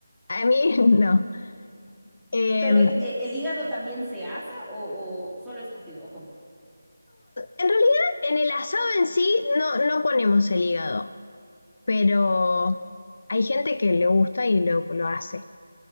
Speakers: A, on the left (about 50°); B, in the centre.
A: a mí <laughs> no. Eh,
B: Pero
A: no,
B: es, e- ¿el hígado también se asa o, o solo es cocido? ¿O cómo?
A: en realidad en el asado en sí no, no ponemos el hígado. pero hay gente que le gusta y lo, lo hace.